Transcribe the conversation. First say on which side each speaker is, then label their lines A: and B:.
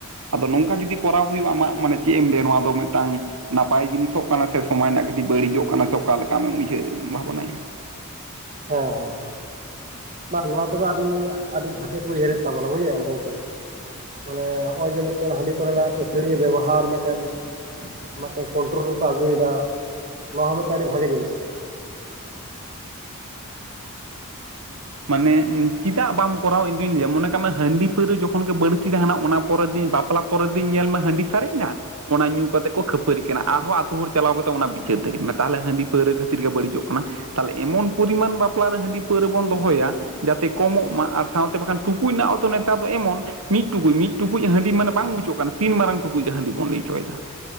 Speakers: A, on the right; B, on the right.
A: ᱟᱫᱚ ᱱᱚᱝᱠᱟ ᱡᱩᱫᱤ ᱠᱚᱨᱟᱣ ᱦᱩᱭᱩᱜᱼᱟ ᱟᱢᱟᱜ ᱢᱟᱱᱮ ᱪᱮᱫ ᱮᱢ ᱞᱟᱹᱭᱟ ᱱᱚᱣᱟ ᱫᱚ ᱢᱤᱫᱴᱟᱝ ᱱᱟᱯᱟᱭ ᱡᱤᱱᱤᱥᱚᱜ ᱠᱟᱱᱟ ᱥᱮ ᱥᱚᱢᱟᱡᱽ ᱨᱮᱱᱟᱜ ᱠᱟᱹᱴᱤᱡ ᱵᱟᱹᱲᱤᱡᱚᱜ ᱠᱟᱱᱟ ᱥᱮ ᱚᱠᱟ ᱞᱮᱠᱟ ᱟᱢᱮᱢ ᱩᱭᱦᱟᱹᱨ ᱵᱷᱟᱵᱽᱱᱟᱭᱟ
B: ᱚ ᱦᱚ ᱦᱚ ᱵᱟᱝ ᱱᱚᱣᱟ ᱠᱚᱫᱚ ᱟᱹᱰᱤ ᱟᱹᱰᱤ ᱵᱷᱟᱜᱮ ᱯᱮ ᱩᱭᱦᱟᱹᱨ ᱮᱫ ᱛᱟᱵᱚᱱᱟ ᱵᱩᱡ ᱫᱟᱢ ᱜᱚᱢᱠᱮ ᱢᱟᱱᱮ ᱦᱚᱜᱼᱚᱭ ᱡᱮ ᱢᱮᱫᱴᱮᱱ ᱦᱟᱺᱰᱤ ᱠᱚᱨᱮᱱᱟᱜ ᱟᱹᱛᱷᱟᱹᱲᱤᱭᱟᱹ ᱵᱮᱵᱚᱦᱟᱨ ᱢᱮᱫ ᱴᱮᱱ ᱢᱮᱫᱴᱮᱱ ᱠᱚᱱᱴᱨᱳᱞ ᱨᱮᱠᱚ ᱟᱹᱜᱩᱭ ᱫᱟ ᱱᱚᱣᱟ ᱦᱚᱸ ᱢᱮᱫᱴᱮᱱ ᱟᱹᱰᱤ ᱵᱷᱟᱜᱮ ᱡᱤᱱᱤᱥ ᱠᱟᱱᱟ
A: ᱢᱟᱱᱮ ᱪᱮᱫᱟᱜ ᱵᱟᱢ ᱠᱚᱨᱟᱣ ᱤᱧ ᱫᱩᱧ ᱞᱟᱹᱭᱟ ᱢᱚᱱᱮ ᱠᱟᱜ ᱢᱮ ᱦᱟᱺᱰᱤ ᱯᱟᱹᱣᱨᱟᱹ ᱡᱚᱠᱷᱚᱱ ᱜᱮ ᱵᱟᱹᱲᱛᱤ ᱛᱟᱸᱦᱮᱱᱟ ᱚᱱᱟ ᱯᱚᱨᱮ ᱫᱤᱱ ᱵᱟᱯᱞᱟ ᱯᱚᱨᱮᱨ ᱫᱤᱱ ᱧᱮᱞ ᱢᱮ ᱦᱟᱺᱰᱤ ᱥᱟᱨᱮᱡ ᱮᱱᱟ ᱚᱱᱟ ᱧᱩ ᱠᱟᱛᱮ ᱠᱚ ᱠᱷᱟᱹᱯᱟᱹᱨᱤ ᱠᱟᱱᱟ ᱟᱨᱦᱚᱸ ᱟᱛᱳ ᱦᱚᱲ ᱪᱟᱞᱟᱣ ᱠᱟᱛᱮ ᱚᱱᱟ ᱵᱤᱪᱟᱹᱨ ᱛᱟᱹᱠᱤᱱ ᱢᱮ ᱛᱟᱦᱚᱞᱮ ᱦᱟᱺᱰᱤ ᱯᱟᱹᱣᱨᱟᱹ ᱠᱷᱟᱹᱛᱤᱨ ᱜᱮ ᱵᱟᱹᱲᱤᱡᱚᱜ ᱠᱟᱱᱟ ᱛᱟᱦᱚᱞᱮ ᱮᱢᱚᱱ ᱯᱚᱨᱤᱢᱟᱱ ᱵᱟᱯᱞᱟ ᱨᱮ ᱦᱟᱺᱰᱤ ᱯᱟᱹᱣᱨᱟᱹ ᱵᱚᱱ ᱫᱚᱦᱚᱭᱟ ᱡᱟᱛᱮ ᱠᱚᱢᱚᱜ ᱢᱟ ᱟᱨ ᱥᱟᱶᱛᱮ ᱵᱟᱠᱷᱟᱱ ᱴᱩᱠᱩᱡ ᱨᱮᱱᱟᱜ ᱦᱚᱸᱛᱚ ᱱᱮᱛᱟᱨ ᱫᱚ ᱮᱢᱚᱱ ᱢᱤᱫ ᱴᱩᱠᱩᱡ ᱢᱤᱫ ᱴᱩᱠᱩᱡ ᱦᱟᱺᱰᱤ ᱢᱟᱱᱮ ᱵᱟᱝ ᱵᱩᱡᱟᱹᱜ ᱠᱟᱱᱟ ᱛᱤᱱ ᱢᱟᱨᱟᱝ ᱴᱩᱠᱩᱡ ᱜᱮ ᱦᱟᱺᱰᱤ ᱵᱚᱱ ᱞᱟᱹᱭ ᱪᱚᱭ ᱫᱟ